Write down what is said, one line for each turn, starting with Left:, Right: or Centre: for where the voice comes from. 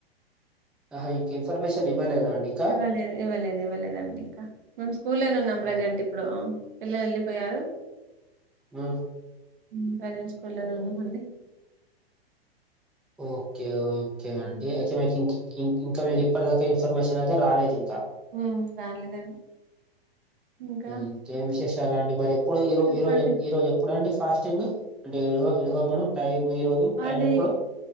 Centre: ఆహ్ ఇంకా ఇన్ఫర్మేషన్ ఇవ్వలేదా అండి ఇంకా
Right: ఇవ్వలేదు ఇవ్వలేదు ఇవ్వలేదండి ఇంకా మేము స్కూల్లోనే ఉన్నాం ప్రజెంట్
Centre: ఓ-
Right: ఇప్పుడు పిల్లలు వెళ్లిపోయారు
Centre: అ
Right: ఉహ్ ప్రవేట్ స్కూల్లోనే ఉన్నాం అండి
Centre: ఓకే ఓ ఓకే అండి అయితే మీకుం ఇం ఇంకా మీకు ఇప్పటిదాకా ఇన్ఫర్మేషన్ అయితే రాలేదు ఇంకా
Right: హ్మ్మ్ రాలేదండి ఇంకా
Centre: ఇంకేం విశేషాలండి మరి ఎప్పుడు ఈ రోజ్
Right: చెప్పండి
Centre: ఈ రోజ్ ఈ రోజు ఎప్పుడుండి ఫాస్టింగు అంటే ఇడ్వ ఇడవ మను టైం ఈ రోజు టైం
Right: అది
Centre: ఎప్పుడు